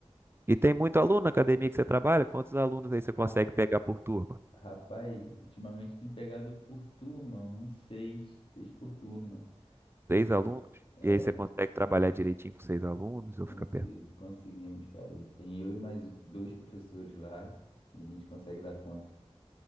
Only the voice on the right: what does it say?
E tem muito aluno na academia que você trabalha? Quantos alunos aí você
consegue pegar por turma?
Seis
alunos?
E aí você consegue trabalhar direitinho com seis alunos? Eu
fico perto.